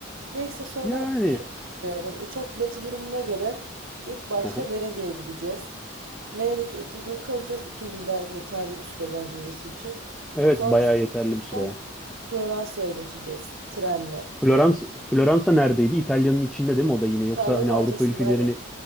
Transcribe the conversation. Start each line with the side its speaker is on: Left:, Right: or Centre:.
Right: Neyse sonra
Centre: Yani.
Right: şey düşünüyorum. Hani uçak bileti durumuna göre ilk başta
Centre: Aha.
Right: Venedik'e gideceğiz. Venedik'te iki gün kalacağız. İki gün gayet yeterli bir süre bence orası için.
Centre: Evet
Right: Sonrasında
Centre: bayağı yeterli bir süre
Right: ben
Centre: ya.
Right: Floransa'ya geçeceğiz trenle.
Centre: Floransa, Floransa neredeydi? İtalya'nın içinde değil mi o da yine?
Right: İtalya'nın
Centre: Yoksa hani
Right: ortasında
Centre: Avrupa ülkelerini...
Right: hani